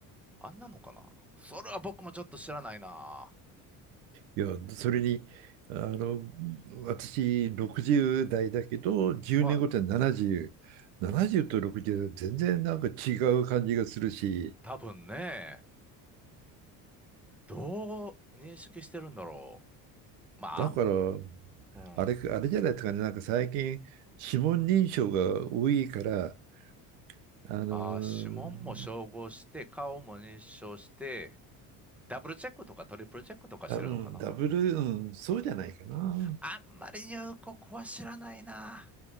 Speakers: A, in the centre; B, on the right (about 85°).
A: あんなのかな。それは僕もちょっと知らないな。
B: いや、それに、あの、私、60代だけど、10年後って70、
A: はい
B: 70と60は全然なんか違う感じがするし、
A: 多分ね、どう認識してるんだろう。まあ、
B: だから、
A: あん、うん。
B: あれ、あれじゃないですかね、なんか最近、指紋認証が多いから、あのー、
A: ああ、指紋も照合して、顔も認証して、ダブルチェックとかトリプルチェックとかしてるのかな。
B: だうんダブル、うん、そうじゃないかな。
A: あんまり入国は知らないな。